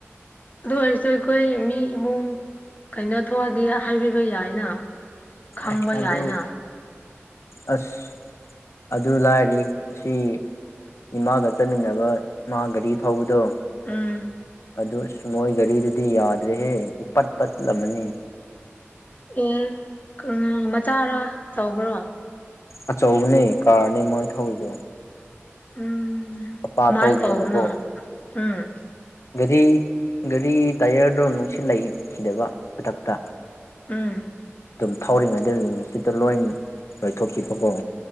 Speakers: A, on the left; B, on the left.
A: ꯑ ꯑꯗꯨ ꯑꯣꯏꯔꯁꯨ ꯑꯩꯈꯣꯏ ꯃꯤ ꯏꯃꯨꯡ ꯀꯩꯅꯣ ꯊꯣꯛꯑꯗꯤ ꯍꯥꯏꯕꯤꯕ ꯌꯥꯏꯅ ꯈꯪꯕ
B: ꯑꯦ ꯑꯗꯨ
A: ꯌꯥꯏꯅ
B: ꯑꯗꯨ ꯑꯁ ꯑꯗꯨ ꯂꯥꯏꯔꯤ ꯑꯁꯤ ꯏꯃꯥꯒ ꯆꯠꯃꯤꯟꯅꯕ ꯃꯥ ꯒꯥꯔꯤ ꯊꯧꯕꯗꯣ
A: ꯑꯝ
B: ꯑꯗꯨꯗ ꯑꯁ ꯃꯣꯏ ꯒꯥꯔꯤꯗꯨꯗꯤ ꯌꯥꯗ꯭ꯔꯦꯍꯦ ꯏꯄꯠ ꯄꯠꯂꯝꯃꯅꯤ
A: ꯑꯦ ꯎ ꯃꯆꯥꯔ ꯇꯧꯕ꯭ꯔꯣ
B: ꯑꯆꯧꯕꯅꯦ ꯀꯥꯔꯅꯦ ꯃꯣꯏ ꯊꯧꯑꯣꯏꯗꯣ
A: ꯎꯝ
B: ꯑꯄꯥ
A: ꯀꯃꯥꯏꯅ
B: ꯊꯧꯕꯅꯦꯕꯀꯣ
A: ꯇꯧꯕꯅꯣ ꯎꯝ
B: ꯒꯥꯔꯤ ꯒꯥꯔꯤ ꯇꯥꯏꯌꯔꯗꯣ ꯅꯨꯡꯁꯤꯠ ꯂꯩꯈꯤꯗꯕ ꯈꯨꯗꯛꯇ
A: ꯎꯝ
B: ꯑꯗꯨꯝ ꯊꯧꯔꯤꯉꯩꯗ ꯁꯤꯗ ꯂꯣꯏ ꯂꯣꯏꯊꯣꯛꯈꯤꯕꯐꯣ